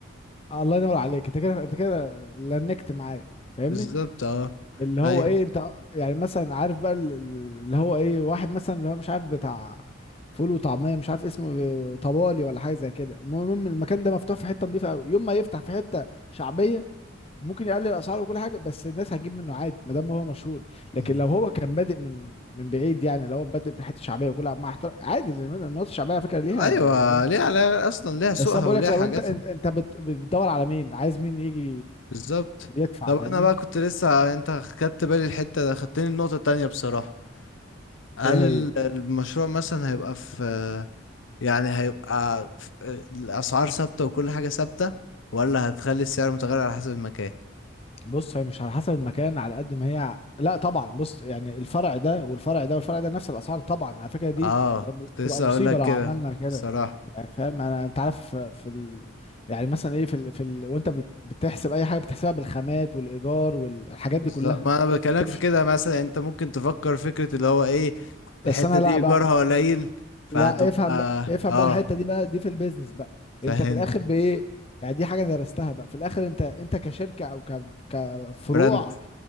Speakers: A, on the left; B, on the left.
A: الله ينور عليك انت كده انت كده لنكت معايا فاهمني
B: بالظبط اه
A: اللي هو
B: ايوه
A: ايه انت يعني مثلا عارف بقى ال- ال- اللي هو ايه واحد مثلا اللي هو مش عارف بتاع فول وطعميه مش عارف اسمه إيه، طبالي ولا حاجه زي كده المهم المكان ده مفتوح في حته نظيفه قوي يوم ما يفتح في حته شعبيه ممكن يقلل الاسعار وكل حاجه بس الناس هتجيب منه عادي ما دام هو مشهور لكن
B: مم.
A: لو هو كان بادئ من من بعيد يعني لو هو بادئ من حته شعبيه وكل مع احترام عادي لأن المناطق الشعبيه على فكره ليها
B: ايوه
A: ليها
B: ليها
A: ناس.
B: علاقة اصلا ليها سوقها
A: بس انا بقول
B: وليها
A: لك لو
B: حاجاتها
A: انت انت انت بت- بتدور على مين عايز مين يجي
B: بالظبط
A: يدفع
B: طب
A: فاهمني
B: انا بقى كنت لسه آه، انت خدت بالي الحتة ده خدتني النقطة التانية بصراحة هل
A: ايه هي
B: ال- المشروع مثلا هيبقى في يعني هيبقى في الاسعار ثابتة وكل حاجة ثابتة ولا هتخلي السعر متغير على حسب المكان
A: بص هي مش على حسب المكان على قد ما هي ع- لا طبعا بص يعني الفرع ده والفرع ده والفرع ده نفس الاسعار طبعا على فكره دي
B: اه
A: تبقى
B: كنت لسه
A: تبقى مصيبه
B: اقول لك
A: لو
B: كده
A: عملنا كده
B: الصراحه
A: يعني فاهم انا انت عارف في ال... يعني مثلا ايه في ال... في ال... وانت بت... بتحسب اي حاجه بتحسبها بالخامات والايجار والحاجات
B: بالظبط
A: دي كلها
B: ما انا بكلمك
A: انت مش
B: في كده مثلا انت ممكن تفكر فكره اللي هو ايه الحته
A: بس انا
B: دي
A: لا
B: ايجارها
A: بقى
B: قليل فهتبقى
A: لا افهم بقى افهم
B: اه
A: بقى الحته دي بقى دي في البيزنس بقى
B: فاهم
A: انت في الاخر بايه يعني دي حاجه درستها بقى في الاخر انت انت كشركه او ك... كفروع
B: براند